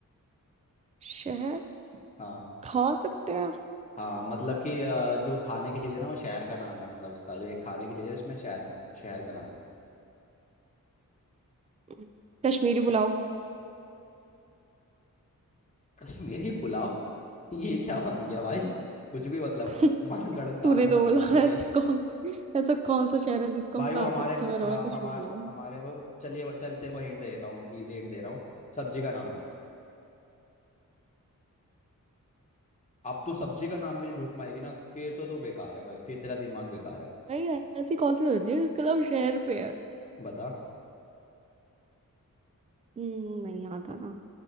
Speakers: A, on the right; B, on the left.
A: शहर
B: हाँ
A: खा सकते हैं
B: हाँ मतलब कि अ, जो खाने की चीज़ है ना वो शहर का नाम है मतलब उसका जो एक खाने की चीज़ है उसमें शहर का शहर का नाम है
A: हम्म, कश्मीरी पुलाव
B: कश्मीरी पुलाव ये क्या बन गया भाई कुछ भी मतलब
A: <laughs>
B: मनगढ़ंत कहानियां
A: तूने तो
B: मत
A: बोला
B: बना ठीक
A: ऐसे
B: है
A: कौन ऐसा कौन सा शहर है जिसको
B: भाई
A: हम खा
B: वो हमारे
A: सकते हैं मैंने
B: हाँ,
A: बोला कश्मीर
B: हमा, हमारे वो चलिए चल तेरे को हिंट दे देता हूँ इजी हिंट दे रहा हूँ सब्जी का नाम है अब तू सब्जी का नाम भी नहीं ढूंढ पाएगी ना फिर तो तू बेकार है भाई फिर तेरा दिमाग बेकार है
A: भाई ऐसी कौन सी सब्जी है जिसका नाम शहर पे है
B: बता
A: हम्म, नहीं याद आ रहा